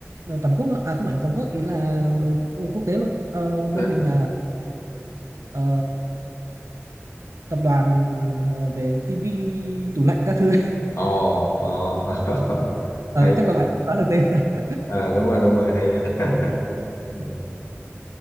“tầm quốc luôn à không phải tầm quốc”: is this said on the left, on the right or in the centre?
Right